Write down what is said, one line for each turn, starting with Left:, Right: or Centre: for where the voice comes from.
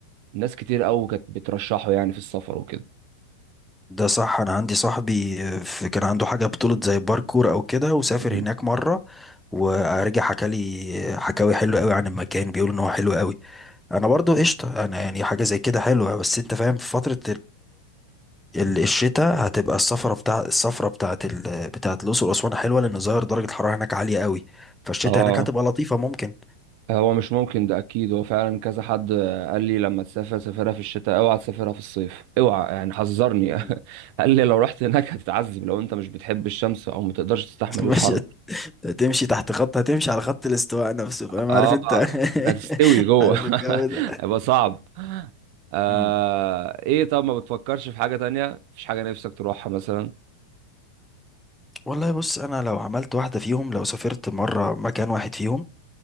Right: ناس كتير قوي كانت بترشحه يعني في السفر وكده
Centre: ده صح انا عندي صاحبي آه، في كان عنده حاجة بطولة زي باركور او كده وسافر
Right: مم.
Centre: هناك مرة ورجع حكى لي حكاوي حلوة قوي عن المكان بيقول ان هو حلو قوي انا برضو قشطة انا يعني حاجة زي كده حلوة بس انت فاهم في فترة ال- الشتاء هتبقى السفرة بتاع السفرة بتاعت ال... بتاعت الأقصر وأسوان حلوة لأن ظاهر درجة الحرارة هناك عالية قوي فالشتاء
Right: اه
Centre: هناك هتبقى لطيفة ممكن
Right: هو مش ممكن ده اكيد هو فعلا كذا حد قال لي لما تسافر سافرها في الشتاء اوعى تسافرها في الصيف اوعى يعني حذرني
Centre: مم.
Right: <laughs> قال لي لو رحت هناك هتتعذب لو انت مش بتحب الشمس او ما تقدرش تستحمل
Centre: <laughs> مش
Right: الحر
Centre: تمشي تحت خط هتمشي على خط الاستواء نفسه فاهم
Right: اه
Centre: عارف انت
Right: انت هتستوي
Centre: <laughs>
Right: جوه
Centre: عارف الجو
Right: <laughs>
Centre: ده
Right: هيبقى صعب آه
Centre: مم.
Right: ايه طب ما بتفكرش في حاجة تانية مفيش حاجة نفسك تروحها مثلا
Centre: والله بص انا لو عملت واحدة فيهم لو سافرت مرة مكان واحد فيهم